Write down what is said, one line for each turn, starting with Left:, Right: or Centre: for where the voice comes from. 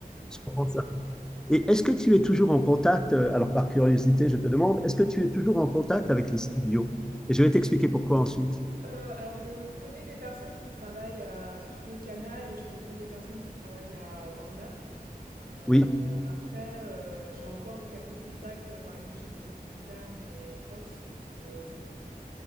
Centre: Je comprends ça. Et est-ce que tu es toujours en contact, euh, alors par curiosité, je te demande, est-ce que tu es toujours en contact avec les studios? Et je vais t'expliquer pourquoi ensuite.
Right: Heu, alors je connais des personnes qui travaillent à Studio Canal et je connais des personnes qui travaillent à Warner. Heu,
Centre: Oui.
Right: après, heu, j'ai encore quelques contacts, euh, par exemple chez Metropolitan et Fox, donc heu, oui.